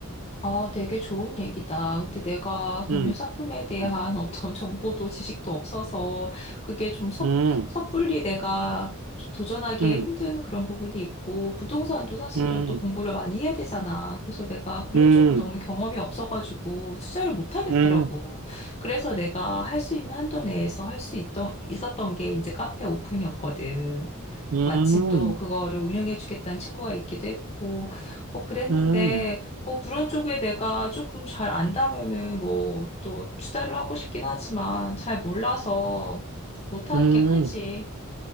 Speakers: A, on the left (about 30°); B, on the right (about 80°).
A: 아, 되게 좋은 얘기다. 근데 내가 금융
B: 음,
A: 상품에 대한
B: 음,
A: <laughs> 어떤 정보도 지식도 없어서 그게 좀 섣,
B: 음,
A: 섣불리 내가 좀 도전하기에
B: 음,
A: 힘든 그런 부분이 있고 부동산도 사실은
B: 음,
A: 또 공부를 많이 해야 되잖아. 그래서 내가 그런
B: 음,
A: 쪽을 너무 경험이 없어가지고 투자를 못 하겠더라고.
B: 음,
A: 그래서 내가 할 수 있는 한도 내에서 할 수 있던 있었던 게 이제 카페 오픈이었거든.
B: 음,
A: 마침 또 그거를 운영해 주겠다는 친구가 있기도 했고, 뭐 그랬는데,
B: 음,
A: 뭐 그런 쪽에 내가 조금 잘 안다면은 뭐 또 투자를 하고 싶긴 하지만 잘 몰라서 못하는
B: 음.
A: 게 크지.